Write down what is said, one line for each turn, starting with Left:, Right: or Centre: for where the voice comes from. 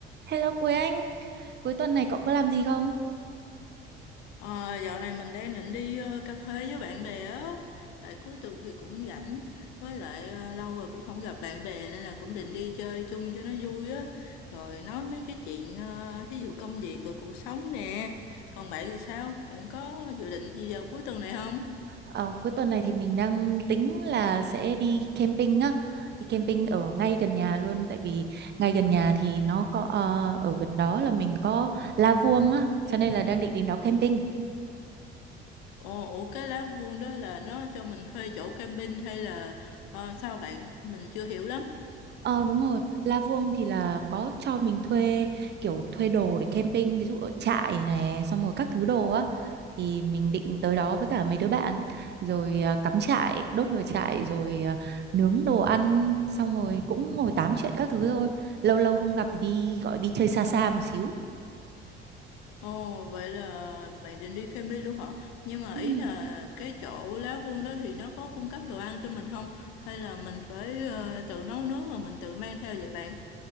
Right: Hello Quế Anh, cuối tuần này cậu có làm gì không?
Left: Ờ, dạo này mình đang định đi ờ, cà phê với bạn bè á Tại cuối tuần thì cũng rảnh Với lại ờ, lâu rồi cũng không gặp bạn bè Nên là cũng định đi chơi chung cho nó vui á Rồi nói mấy cái chuyện ờ, Thí dụ công việc rồi cuộc sống nè Còn bạn thì sao? Bạn có dự định gì vào cuối tuần này không?
Right: Ờ, cuối tuần này thì mình đang tính là sẽ đi camping á, đi camping ở ngay gần nhà
Left: Ồ,
Right: luôn, tại vì ngay gần nhà thì nó có ờ, ở gần đó là mình có La Vuông á, cho nên là đang định đến đó camping.
Left: Ồ, ủa cái lá vuông đó là nó cho mình thuê chỗ camping hay là ờ, sao bạn? Mình chưa hiểu lắm
Right: Ờ đúng rồi, La Vuông thì là có cho mình thuê kiểu thuê đồ để camping, ví dụ ở trại này, xong rồi các thứ đồ á thì mình định tới đó với cả mấy đứa bạn rồi à, cắm trại, đốt lửa trại rồi à, nướng đồ ăn xong rồi cũng ngồi tám chuyện các thứ thôi. Lâu lâu không gặp thì đi gọi đi chơi xa xa một xíu.
Left: Ồ, vậy là bạn định đi camping luôn hả? Nhưng mà
Right: Ừ.
Left: ý là cái chỗ Lá Vương đó thì nó có cung cấp đồ ăn cho mình không? Hay là mình phải ờ, tự nấu nướng mà mình tự mang theo vậy bạn?